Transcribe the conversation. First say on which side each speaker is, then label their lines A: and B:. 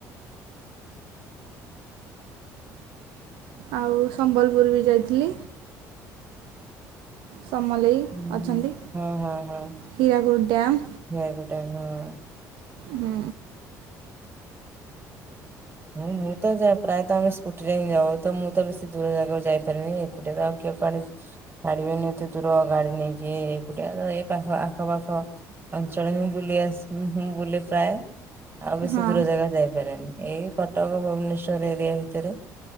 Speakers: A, on the right; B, on the right.
A: ଆଉ ସମ୍ବଲପୁର ବି ଯାଇଥିଲି। ସମଲେଇ
B: ହ
A: ଅଛନ୍ତି
B: ହଁ ହଁ ହଁ।
A: ହୀରାକୁଦ ଡ୍ୟାମ୍
B: <unintelligible>
A: ହୁଁ।
B: ହୁଁ। ମୁଁ ତ, ପ୍ରାୟତଃ ଆମେ ସ୍କୁଟିରେ ହିଁ ଯାଉ। ତ ମୁଁ ତ ବେଶୀ ଦୂର ଜାଗାକୁ ଯାଇପାରିନି। ଏକୁଟଆ କଡେ ଛାଡିବେନି, ଏତେ ଦୂର ଗାଡି ନେଇକି ଏକୁଟିଆ ଏଇ ପାଖ ଆଖପାଖ ଅଞ୍ଚଳ ହିଁ ବୁଲି ଆସ, ବୁଲି ପ୍ରାୟ। ଆଉ ବେଶୀ
A: ହଁ
B: ଦୂର ଜାଗା ଯାଇପ ଏଇ କଟକ ଭୁବନେଶ୍ୱର, ଏରିଆ ଭିତରେ।